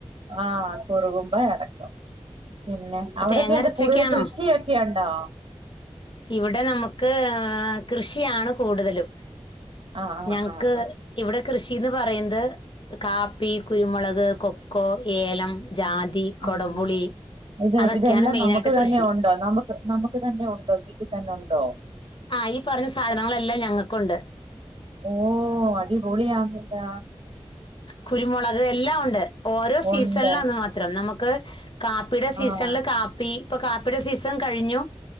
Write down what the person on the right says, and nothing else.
ആഹ് കുറുകുമ്പോ എറക്കും പിന്നെ അവിടൊക്കെ
എന്താ
കൂടുതൽ കൃഷിയൊ യൊണ്ടോ
ആഹ് ആഹ്
ആഹ്
ആഹ്
ആഹ് ഇത്
ഇതെല്ലാം
നമുക്ക്
തന്നെ ഉണ്ടോ നമുക്ക് നമുക്ക് തന്നെ ഉണ്ടോ വീട്ടി തന്നൊണ്ടോ.
ഓ അടിപൊളിയാന്നല്ലാ.
ഉണ്ട്
ആഹ്